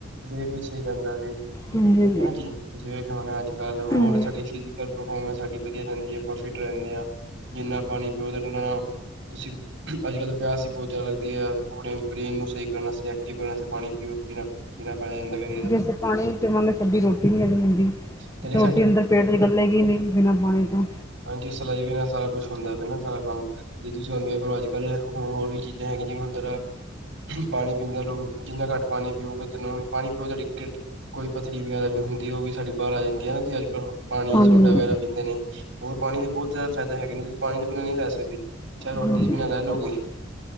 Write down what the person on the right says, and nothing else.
ਵੇਟ ਵੀ ਸਹੀ ਰਹਿੰਦਾ ਵੀ,
ਹਨਾ ਜੀ ਤੁਸੀਂ ਵਖਾਉਦੇ, ਅੱਜ ਕੱਲ੍ਹ ਹੋਰ
ਸਾਡੀ ਫਿਜ਼ਜੀਕਲ ਪਰਫੋਰਮੈਂਸ ਸਾਡੀ ਵਧੀਆ ਰਹਿੰਦੀ ਹੈ ਆਪਾਂ ਫਿਟ ਰਹਿੰਦੇ ਹਾਂ ਜਿੰਨਾ ਪਾਣੀ ਪਿਓ ਨਾਂ ਨਾਲ ਤੁਸੀਂ, ਅੱਜ ਕੱਲ੍ਹ ਪਿਆਸ ਹੀ ਬਹੁਤ ਜ਼ਿਆਦਾ ਲੱਗਦੀ ਹੈ। ਆਪਣੇ ਬ੍ਰੇਨ ਨੂੰ ਸਹੀ ਕਰਨਾ ਐਕਟਿਵ ਕਰਨਾ ਵਾਸਤੇ, ਪਾਣੀ ਪੀਓ ਪਣਾ ਪੀਣਾ ਪੈ ਜਾਂਦਾੀ
ਤੇ
ਸਾਡੀ
ਹਾਂਜੀ ਸਿਲਾਈ ਬਿਨਾਂ ਸਾਰਾ ਕੁੱਛ ਹੁੰਦਾ ਪ ਨਾ ਸਾਰਾ ਕੰਮ, ਜੇ ਤੁਸੀਂ ਹੁਣ ਵੇਖ ਲੋ ਅੱਜ ਕੱਲ ਹੋਰ ਵੀ ਚੀ ਜਾ ਹੈਗੀ, ਜੀਵਨ ਤਾਂ ਪਾਣੀ ਪੀਂਦਾ ਲੋਕ, ਜਿੰਨਾ ਘੱਟ ਪਾਣੀ ਪੀਓਗੇ ਤੈਨੂੰ ਪਾਣੀ ਪੀਓ ਤੁਹਾਡੀ ਕਿ ਕੋਈ ਪੱਥਰੀ ਵਗੈਰਾ ਵੀ ਹੁੰਦੀ ਉਹ ਵੀ ਸਾਡੀ ਬਾਹਰ ਆ ਜਾਂਦੀ ਹੈ ਨਾ ਜੇ ਅੱਜ ਕੱਲ, ਪਾਣੀ
ਸੋਡਾ ਵਗੈਰਾ ਪੀਂਦੇ ਨੇ ਹੋਰ ਪਾਣੀ ਦੇ ਬਹੁਤ ਜ਼ਿਆਦਾ ਫਾਇਦਾ ਹੈਗੇ ਨੇ, ਤੁਸੀਂ ਪਾਣੀ ਦੇ ਬਿਨਾਂ ਨਹੀਂ ਰੈ ਸਕਦੇ ਚਾਹੇ ਰੋਟੀ
ਦੇ ਬਿਨਾਂ ਰੈ ਲਓਗੇ